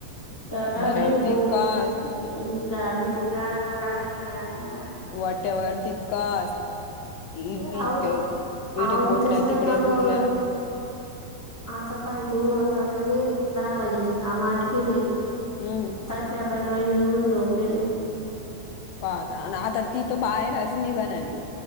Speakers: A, in the centre; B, on the left (about 80°).
A: तर आता
B: बाहेर
A: दोन्ही
B: तितकाच
A: प किती का रडाय येड्यावाणी.
B: वॉट एवर्ह तितकं इ
A: ए आवर
B: इडेे
A: आवरीतच
B: पोटल्या
A: नाही
B: तिकडे
A: ना
B: फोटल्या
A: ग आता पाय तू आता आ ले दहा वाज्याचे काम आठ पले
B: हम्म
A: तशा दरवाजे लावून झोपेले
B: पाहता आणि आता ती तर बाहेरच निघन आणि